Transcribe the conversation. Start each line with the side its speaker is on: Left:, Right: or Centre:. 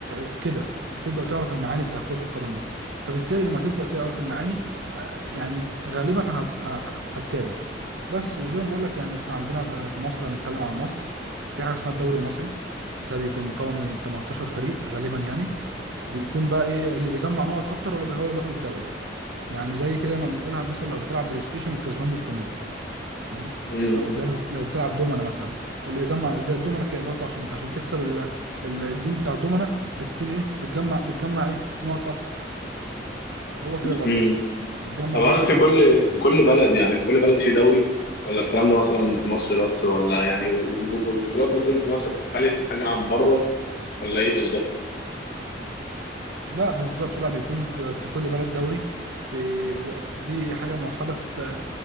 Right: آه، كده هتبدا تعرف المعاني بتاع كره القدم دي فبالتالي لما تبدا تعرف المعاني يعني غالبا هت- آه، آه، هتتابع بس وزي ما بقول لك يعني احنا عندنا في في مصر هنتكلم عن مصر في حاجه اسمها الدوري المصري ده بيكون مكون من 18 فريق غالبا يعني بيكون بقى ايه اللي بيجمع نقط اكتر ولا هو اللي بياخد الدوري يعني زي كده ما بنقولها مثلا لو بتلعب بلاي ستيشن الكسبان مستمر فاهم
Left: مم.
Right: او زي لو لو بتلعب دومنا مثلا اللي بيجمع زي الدومنا كده برضه عشان عشان تكسب ال- ال- الجيم بتاع الدومنا بتكون ايه بتجمع بتجمع ايه نقط اكتر هو كده برضه
Left: مم.
Right: بتجمع
Left: طب هل
Right: برضه
Left: في
Right: نقط
Left: كل في كل بلد يعني في كل بلد في دوري ولا الكلام ده مثلا في مصر بس ولا يعني و- و- والبطولات مثلا في مصر بتختلف حاجة عن بره ولا ايه بالظبط؟
Right: لا بالظبط لا بيكون في في كل بلد دوري في ده- دي حاجة موحدة في